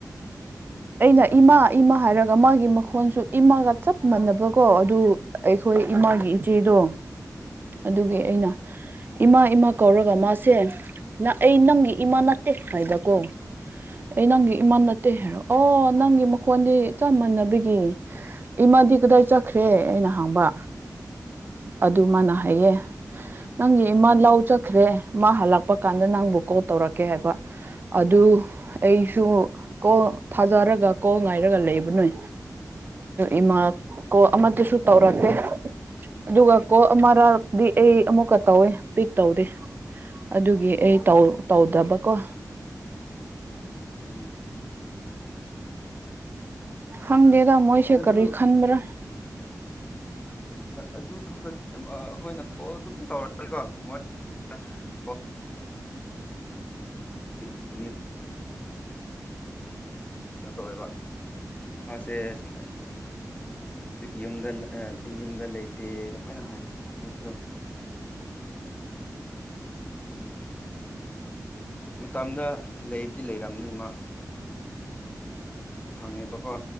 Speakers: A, on the right; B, on the left.
A: ꯑꯩꯅ ꯏꯃꯥ ꯏꯃꯥ ꯍꯥꯏꯔꯒ ꯃꯥꯒꯤ ꯃꯈꯣꯟꯁꯨ ꯏꯃꯥꯒ ꯆꯞ ꯃꯥꯟꯅꯕꯀꯣ ꯑꯗꯨ ꯑꯩꯈꯣꯏ ꯏꯃꯥꯒꯤ ꯏꯆꯦꯗꯣ ꯑꯗꯨꯒꯤ
B: ꯎꯝ
A: ꯑꯩꯅ ꯏꯃꯥ ꯏꯃꯥ ꯀꯧꯔꯒ ꯃꯥꯁꯦ ꯅ ꯑꯩ
B: ꯎꯝ
A: ꯅꯪꯒꯤ
B: ꯎꯝ
A: ꯏꯃꯥ ꯅꯠꯇꯦ ꯍꯥꯏꯕ ꯀꯣ
B: ꯎꯝ
A: ꯑꯩ ꯅꯪꯒꯤ ꯏꯃꯥ ꯅꯠꯇꯦ ꯍꯥꯏꯔꯣ ꯑꯣ ꯅꯪꯒꯤ ꯃꯈꯣꯟꯗꯤ ꯆꯞ ꯃꯥꯟꯅꯕꯒꯤ ꯏꯃꯗꯤ ꯀꯗꯥꯏ ꯆꯠꯈ꯭ꯔꯦ ꯑꯩꯅ ꯍꯥꯡꯕ ꯑꯗꯨ ꯃꯥꯅ ꯍꯥꯏꯌꯦ ꯅꯪꯒꯤ ꯏꯃꯥ ꯂꯥꯎ ꯆꯠꯈ꯭ꯔꯦ ꯃꯥ ꯍꯜꯂꯛꯄ ꯀꯥꯟꯗ ꯅꯪꯕꯨ ꯀꯣꯜ ꯇꯧꯔꯛꯀꯦ ꯍꯥꯏꯕ ꯑꯗꯨ ꯑꯩꯁꯨ
B: ꯎꯝ
A: ꯀꯣ ꯊꯥꯖꯔꯒ ꯀꯣꯜ ꯉꯥꯏꯔꯒ ꯂꯩꯕꯅꯦ ꯏꯃꯥ ꯀꯣ
B: ꯎꯝ
A: ꯑꯃꯗꯁꯨ ꯇꯧꯔꯛꯇꯦ ꯑꯗꯨꯒ ꯀꯣ ꯑꯃꯔꯛꯗꯤ ꯑꯩ ꯑꯃꯨꯛꯀ ꯇꯧꯋꯦ ꯄꯤꯛ ꯇꯧꯗꯦ ꯑꯗꯨꯒꯤ ꯑꯩ ꯇꯧ ꯇꯧꯗꯕꯀꯣ
B: ꯎꯝ ꯎꯝ
A: ꯍꯪꯗꯦꯗ ꯃꯣꯏꯁꯦ
B: ꯑꯗꯨ
A: ꯀꯔꯤ ꯈꯟꯕ꯭ꯔꯥ
B: ꯑꯗꯨ ꯈꯛꯇꯅꯦ ꯑꯩꯈꯣꯏꯅ ꯀꯣꯜ ꯑꯗꯨꯝ <unintelligible> <inaudible> ꯇꯧꯋꯦꯕ ꯃꯥꯁꯦ ꯁꯨꯝ ꯌꯨꯝꯗ ꯑ ꯌꯨꯝꯗ ꯂꯩꯇꯦ ꯑꯗꯨꯃꯥꯏꯅ <unintelligible> ꯃꯇꯝꯗ ꯂꯩꯕꯨꯗꯤ ꯂꯩꯔꯝꯅꯤ ꯏꯃ ꯈꯪꯉꯦꯕꯀꯣ